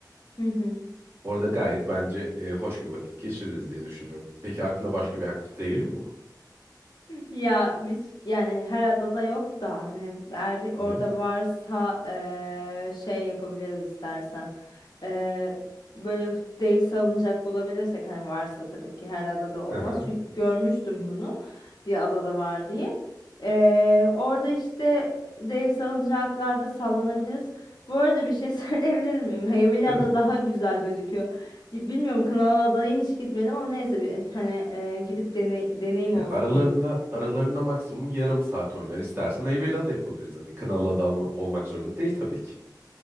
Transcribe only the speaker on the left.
Hı hı.
Ya biz yani her adada yok da hani eğer orada
varsa eee, şey yapabiliriz istersen. Eee, böyle dev salıncak bulabilirsek hani varsa tabii ki her adada
olmaz.
Çünkü görmüştüm bunu bir adada var diye. Eee, orada işte dev salıncaklarda sallanabiliriz. Bu arada bir şey <laughs> söyleyebilir miyim? Heybeliada
daha güzel gözüküyor. Bilmiyorum Kınalıada'ya hiç gitmedim ama neyse bir hani eee, gidip deney, deneyim
olsun
benim